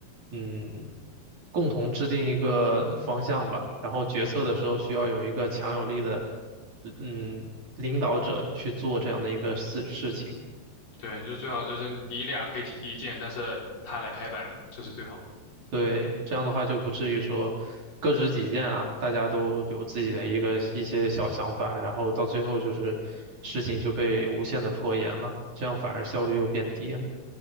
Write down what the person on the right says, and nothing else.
嗯，共同制定一个方向吧，然后决策的时候需要有一个强有力的，
嗯，领导者去做这样的一个事事情。
对，这样的话就不至于说各执己见啊，大家都有自己的一个一些小想法，然后到最后就是事情就被无限的拖延了，这样反而效率又变低了。